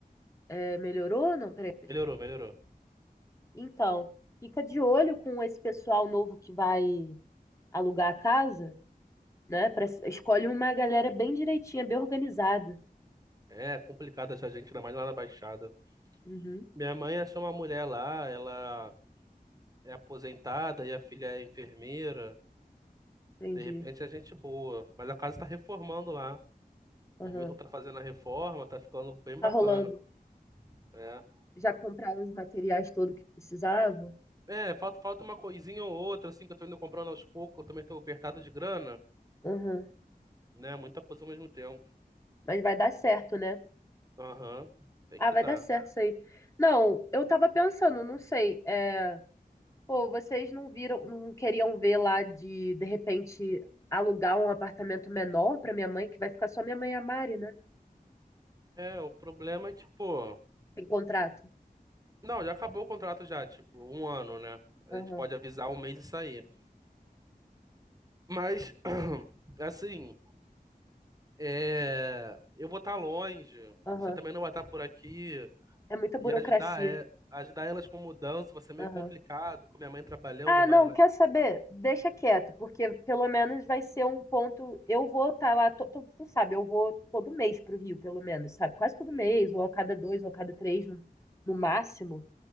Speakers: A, on the left; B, on the right.
A: é, melhorou ou não? Peraí, gente.
B: Melhorou, melhorou.
A: Então, fica de olho com esse pessoal novo que vai alugar a casa, né? Pra- escolhe uma galera bem direitinha, bem organizada.
B: É complicado achar gente, ainda mais lá na Baixada.
A: Uhum,
B: Minha mãe achou uma mulher lá, ela é aposentada e a filha é enfermeira.
A: entendi.
B: De repente é gente boa. Mas a casa tá reformando lá.
A: Aham.
B: O Milton tá fazendo a reforma, tá ficando bem
A: Tá
B: bacana.
A: rolando.
B: É.
A: Já compraram os materiais todo que precisava?
B: É, falta, falta uma coisinha ou outra, assim, que eu tô indo comprando aos poucos, eu também tô apertado de grana.
A: Aham.
B: né? Muita coisa ao mesmo tempo.
A: Mas vai dar certo, né?
B: Aham, tem
A: Ah,
B: que
A: vai
B: dar.
A: dar certo isso aí. Não, eu tava pensando, não sei. é, Pô, vocês não viram, não queriam ver lá de, de repente, alugar um apartamento menor pra minha mãe, que vai ficar só minha mãe e a Mari, né?
B: É, o problema é que, pô.
A: Tem contrato.
B: Não, já acabou o contrato já, tipo, um ano, né? A
A: Aham,
B: gente pode avisar um mês e sair. Mas, <clears throat> assim, é... eu vou estar longe,
A: aham.
B: você também não vai estar por aqui,
A: É muita
B: e
A: burocracia.
B: ajudar, é... ajudar elas com mudança vai ser meio
A: Aham.
B: complicado, com minha mãe trabalhando,
A: Ah,
B: a Maria
A: não,
B: na
A: quer
B: escola,
A: saber? Deixa quieto, porque pelo menos vai ser um ponto. Eu vou estar lá, to- to- tu sabe, eu vou todo mês para o Rio, pelo menos, sabe? Quase todo
B: enfim.
A: mês, ou a cada dois, ou a cada três, no, no máximo.